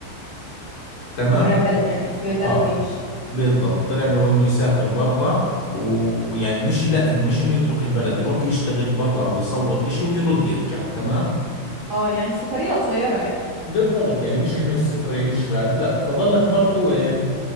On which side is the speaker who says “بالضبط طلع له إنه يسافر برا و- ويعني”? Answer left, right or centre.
Left